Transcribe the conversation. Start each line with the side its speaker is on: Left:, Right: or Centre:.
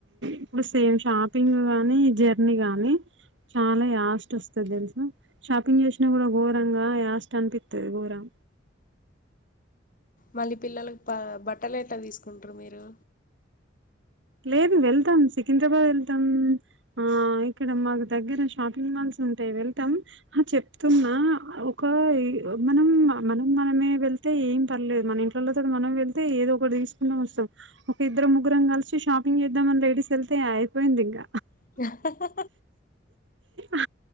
Right: ఇప్పుడు సేమ్ షాపింగ్ గానీ జర్ అన్ని గాని చాలా యాస్ట్ వస్తది తెలుసా షాపింగ్ చేసినా కూడ ఘోరంగా యాస్ట్ అనిపితది ఘోరం
Left: మళ్ళీ పిల్లలకి బా బట్టలెట్ల తీసుకుంట్రు మీరు?
Right: లేదు వెళ్తాం సికింద్రాబాద్ వెళ్తాం ఆ ఇక్కడ మాకు దగ్గర షాపింగ్ మాల్స్ ఉంటాయి వెళ్తాం ఆ చెప్తున్నా ఒకా ఈ మనం మనం మనమే వెళ్ తే ఏం పర్లేదు మన ఇంట్లలోల తోటి మనం వెళ్తే ఏదో ఒకటి తీసుకున్నా వస్తాం, ఒక ఇద్దరు ముగ్రం కలిసి షాపింగ్ చేద్దామని లేడీస్ వెళ్తే అయిపోయింది ఇంగ
Left: <unintelligible>
Right: ఆ